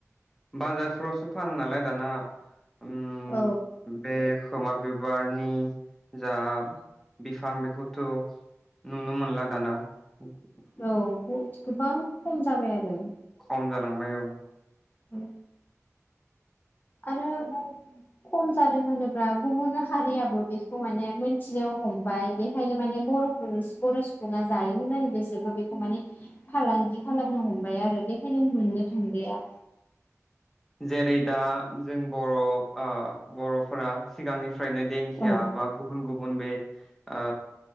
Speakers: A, in the centre; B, on the left.
A: बाजारफ्रावसो फानो नालाय दाना उम
B: औ
A: बे खोमा बिबारनि जा बिफां बेखौथ नुनो मोनला दाना <unintelligible>
B: औ गोबां खम जाबाय आरो
A: खम जालांबाय औ
B: औ आरो खम जादों होनोब्ला गुबुन हारियाबो बेखौ माने मोनथिनो हमबाय बेखायनो माने बरफोर बर सुबुङा जायो होननानै बिसोरबो बेखौ माने फालांगि खालामनो हमबाय आरो बेखायनो मोननो थांलिया
A: जेरै दा जों बर ओ बरफोरा सिगांनिफ फ्रायनो देंखिया
B: औ
A: बा गुबुन गुबुन गुबुन बे ओ